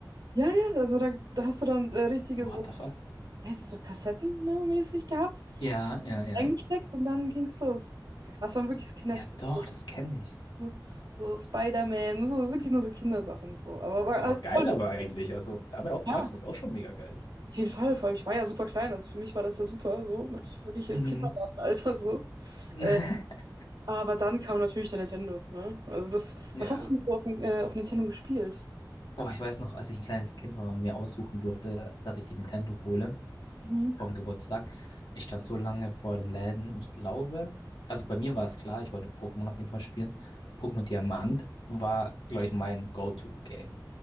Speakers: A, on the right; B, on the left.
A: Ja, ja, also da, da hast du dann äh, richtige
B: What
A: so,
B: the fuck?
A: wie heißt das so, Kassetten, ne, mäßig gehabt,
B: Ja, ja, ja.
A: eingesteckt und dann ging's los. Das waren wirklich so Kinderspiele.
B: Ja, doch, das kenne ich.
A: So, so Spider-Man, so, das ist wirklich nur so Kindersachen, so. Aber war
B: Oh,
A: halt
B: geil
A: voll,
B: aber eigentlich. Also, damit aufzuwachsen,
A: ja,
B: ist auch schon mega geil.
A: auf jeden Fall, vor allem, ich war ja super klein, also für mich war das ja super, so, mit wirklich im
B: Mhm.
A: Kindergartenalter, so.
B: <laughs>
A: Äh, aber dann kam natürlich der Nintendo, ne? Also das,
B: Ja.
A: was hast du denn so auf, dem, äh, auf Nintendo gespielt?
B: Oh, ich weiß noch, als ich ein kleines Kind war und mir aussuchen durfte, dass ich die Nintendo hole.
A: Mhm.
B: vom Geburtstag. Ich stand so lange vor den Läden. Ich glaube, also bei mir war es klar, ich wollte Pokémon auf jeden Fall spielen. Pokémon Diamant war, glaube ich, mein Go-To-Game